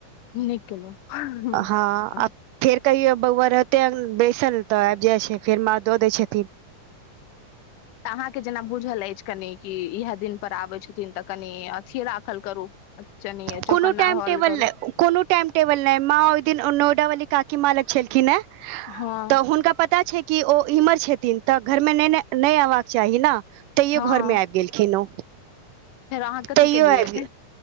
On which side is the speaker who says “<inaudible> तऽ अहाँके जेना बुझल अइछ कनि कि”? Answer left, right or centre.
Left